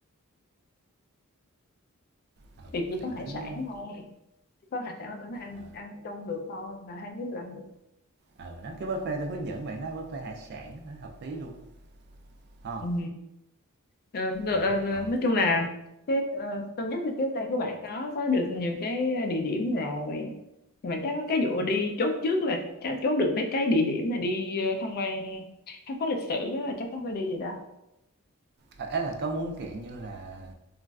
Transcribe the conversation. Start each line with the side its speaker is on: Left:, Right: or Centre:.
Right: ờ
Left: thì chỉ
Right: đang
Left: có
Right: tính
Left: hải sản thôi chỉ có hải sản là tôi nó ăn
Right: ờ
Left: ăn chung được thôi là hai đứa đều ăn được
Right: à, nó cái buffet tôi hướng dẫn bạn đó buffet hải sản nó hợp lý luôn ờ
Left: Ừ. Ờ, được,
Right: Đấy,
Left: ờ, ờ,
Right: còn
Left: nói chung là cái ờ, tôi nhắc thì tiếp đây các bạn có có được nhiều cái địa điểm rồi Nhưng mà chắc có cái vụ đi chốt trước là chắc chốt được mấy cái địa điểm mà đi ờ, tham quan khám phá lịch sử đó là chắc có phải đi rồi đó
Right: à, ấy là có muốn, kiểu như là,